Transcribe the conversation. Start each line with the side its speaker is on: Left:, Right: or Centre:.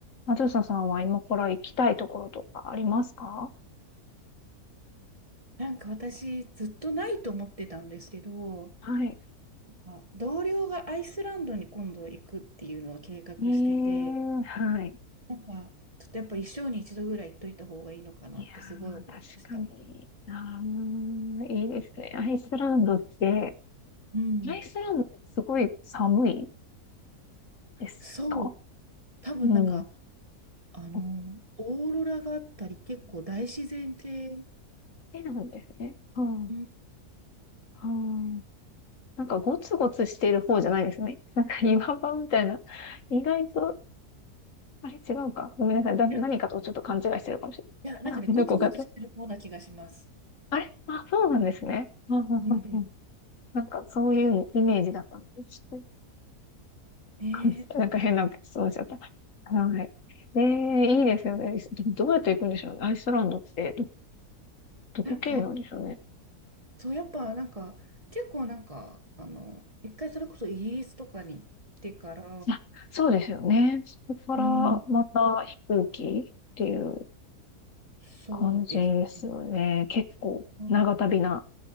Left: あずささんは今から行きたいところとかありますか
Right: なんか私ずっとないと思ってたんですけど、
Left: はい。
Right: あ同僚がアイスランドに今度行くっていうのを計画してて、
Left: ええはい。
Right: なんかちょっとやっぱ一生に一度ぐらい行っといた方がいいのかなってすごい思いました。
Left: いやー、確かに。あー、いいですね。アイスランドって、
Right: うん。
Left: アイスランドってすごい寒いですか
Right: そう、多分なんか、
Left: うん。
Right: あの、
Left: こっ
Right: オーロラがあったり結構大自然系、
Left: ちなんですね。うん。
Right: うん。い
Left: うん。なんかゴツゴツしている方じゃないですね。なんか岩場みたいな。意外と、あれ違うか。ごめんなさい。だ、何かとちょっと勘違いしてるかもしれない。
Right: や、いや、なんかね、
Left: <laughs>
Right: ゴツゴツしてる方な気がします。
Left: どこかと。あれあ、そうなんですね。うんうんうんうん
Right: うん。
Left: なんかそういうイメージだったんです。
Right: ねえ、
Left: <laughs> なんか変な質問しちゃった。
Right: なんか、
Left: はい。ええいいですよね。でもどうやって行くんでしょうね。アイスランドってど、どこ経由なんでしょうね。
Right: なんか、そう、やっぱなんか、結構なんか、あの、一回それこそイギリスとかに行ってから、
Left: あ、そうですよね。そこからまた飛行機っていう
Right: うん。そうですね。
Left: 感じですよね。結構長旅な
Right: うん